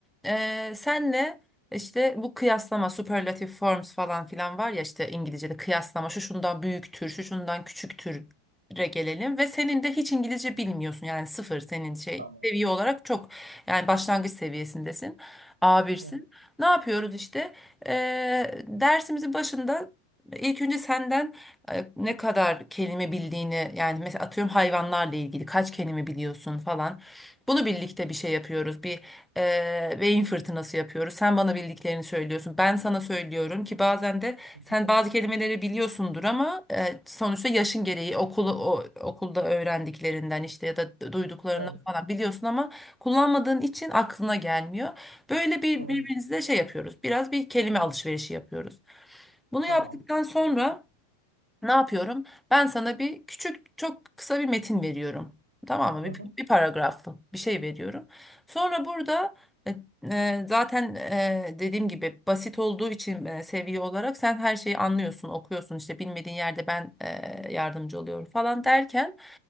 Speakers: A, in the centre; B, on the right.
A: E, senle işte bu kıyaslama, superlative forms falan filan var ya işte İngilizce'de kıyaslama şu şundan büyüktür, şu şundan küçüktür gelelim
B: Hı hı.
A: ve senin de hiç İngilizce bilmiyorsun yani sıfır senin şey
B: Tamam.
A: seviye olarak çok yani başlangıç seviyesindesin. A1'sin.
B: Hı hı.
A: Ne yapıyoruz işte? Eee dersimizin başında ilk önce senden e, ne kadar kelime bildiğini yani mesela atıyorum hayvanlarla
B: Hı hı.
A: ilgili kaç kelime biliyorsun falan. Bunu birlikte bir şey yapıyoruz. Bir eee beyin fırtınası yapıyoruz. Sen bana bildiklerini söylüyorsun. Ben sana söylüyorum ki bazen de
B: Hı
A: sen
B: hı.
A: bazı kelimeleri biliyorsundur ama e, sonuçta yaşın gereği okulu o, okulda öğrendiklerinden işte ya da duyduklarından
B: Evet,
A: falan biliyorsun ama kullanmadığın için aklına gelmiyor. Böyle bir
B: doğru.
A: birbirimizle şey yapıyoruz. Biraz bir kelime alışverişi yapıyoruz. Bunu
B: Tamam.
A: yaptıktan sonra ne yapıyorum? Ben sana bir küçük, çok kısa bir metin veriyorum. Tamam mı?
B: Hı
A: Bir,
B: hı.
A: bir paragraflı bir şey veriyorum. Sonra burada e, e, zaten e, dediğim gibi basit olduğu için e, seviye olarak sen her şeyi anlıyorsun, okuyorsun. İşte bilmediğin yerde ben e, yardımcı oluyorum falan derken